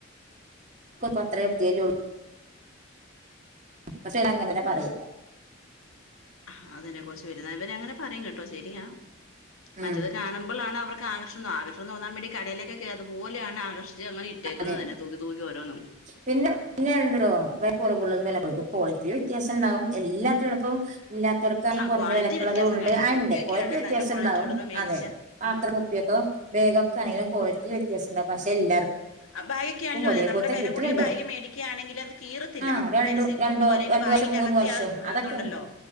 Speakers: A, on the right; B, on the left.
A: കുട്ടികൾക്ക് അത്രേം ബുദ്ധില്ലേ ഒള്ളൂ പക്ഷേ എല്ലാം അങ്ങനന്നെ പറയില്ല
B: ആഹാ അതന്നെ കൊറച്ച് വലുതാവുന്നവരേ അങ്ങനെ പറയും കേട്ടോ ശരിയാ
A: ഉം
B: മറ്റെത് കാണുമ്പളാണ് അവർക്ക് ആകർഷണം ആകർഷണം തോന്നാ വേണ്ടി കടയിലൊക്കെ കേറു അതുപോലെയാണ് ആകർഷണം അങ്ങനെ ഇട്ടേക്കുന്
A: അതെ
B: തനെ തൂക്കി തൂക്കി ഓരോന്നും
A: പിന്നെ പിന്നെല്ലോ വ കുറകുള്ളള്ളത് വില കുടു കോള്റ്റിയിൽ വ്യത്യാസം ഉണ്ടാകും എല്ലാത്തിനും ഇപ്പം ഇല്ലാത്തവർക്ക
B: ആ
A: കുറഞ്ഞ
B: ക്വാളിറ്റി
A: വിലക്കുള്ളതും
B: വ്യത്യാസം
A: ഉണ്ട്
B: കാണും ഈ
A: ആ
B: കുപ്പിയൊക്കെ
A: ഉണ്ട് ക്വാളിറ്റി
B: ആണേൽ
A: വ്യത്യാസം
B: നല്ല ക്വാളിറ്റി
A: ഉണ്ടാാവും
B: ഉള്ളത് മേടിച്ച
A: അതെ പാത്ര
B: ഉം
A: കുപ്പിയൊക്കെ ബാഗൊക്കെ ആണെങ്കും കേളിറ്റി വ്യത്യാസം ഇണ്ടാവും പക്ഷേ എല്ലാവർക്കും
B: അബായി ക്കെ ആണല്ലേ
A: ഒരേപോലത്തെ
B: നമ്മള് വില
A: കിട്ടലുണ്ട്
B: കൂടിയ ബാഗ് മേടിക്കയാണെങ്കിൽ അത് കിറത്തില്ല
A: ആഹ് രണ്ടു
B: അതിന് സിബ്
A: രണ്ടോ
B: പോക അ
A: രണ്ടു
B: ബാഗിനകത്തെ
A: വർഷം മൂന്ന് വർഷം അതൊക്കെ
B: തെഇണ്ടല്ലോ